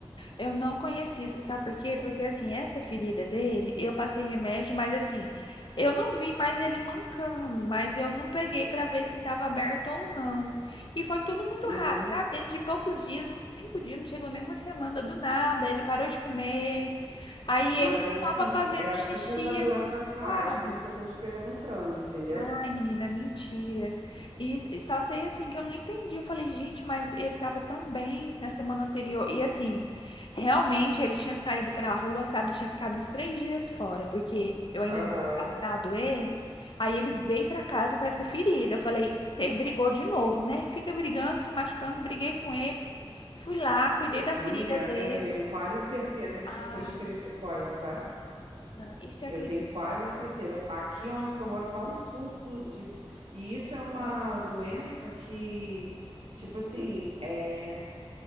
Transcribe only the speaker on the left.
Eu não conhecia, você sabe por quê? Porque assim, essa ferida dele, eu passei remédio, mas assim, eu não vi mais ele mancando, mas eu não peguei pra ver se tava aberto ou não. E foi tudo muito
rápido, sabe? Dentro de poucos dias, uns cinco dias, não chegou nem uma semana do nada, ele parou de comer, aí
ele não
tava fazendo
xixi,
assim,
sabe?
Ai, menina, mentira. E, e só sei assim que eu não entendi. Eu falei, gente, mas ele tava tão bem na semana anterior. E assim, realmente ele tinha saído pra rua, sabe? Ele tinha ficado uns três dias fora, porque eu ainda
não tinha tratado ele. Aí ele veio pra casa com essa ferida. Eu falei, você brigou de novo, né? Fica brigando, se machucando. Briguei com ele. Fui lá, cuidei da
ferida dele.
Ah,
e você acredita?
É.